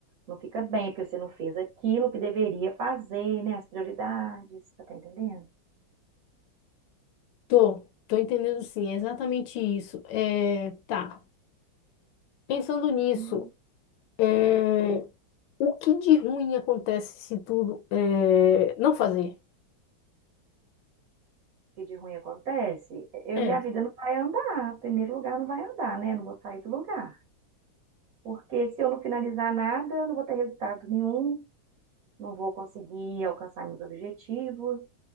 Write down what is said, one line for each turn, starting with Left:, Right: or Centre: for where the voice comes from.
Right: não fica bem, porque você não fez aquilo que deveria fazer, né? As prioridades, tá entendendo?
Left: tô, tô entendendo sim, é exatamente isso. É, tá. Pensando nisso,
Right: Sim.
Left: é, o que de ruim acontece se tudo é, não fazer?
Right: que de ruim acontece, eu,
Left: É,
Right: minha vida não vai andar. Em primeiro lugar, não vai andar, né? Não vou sair do lugar. Porque se eu não finalizar nada, não vou ter resultado nenhum, não vou conseguir alcançar meus objetivos.